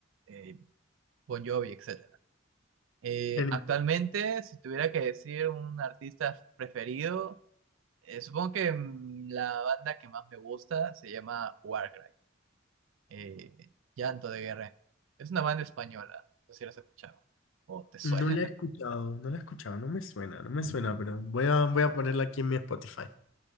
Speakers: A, on the right; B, on the left.
A: eh, Bon Jovi, etcétera. Eh,
B: genial.
A: actualmente, si tuviera que decir un artista preferido, eh, supongo que mm, la banda que más me gusta se llama Warcry, eh, Llanto de Guerra. Es una banda española, no sé si la has escuchado o te suena.
B: no la he escuchado,
A: <laughs>
B: no la he escuchado, no me suena, no me suena, pero voy a, voy a ponerla aquí en mi Spotify.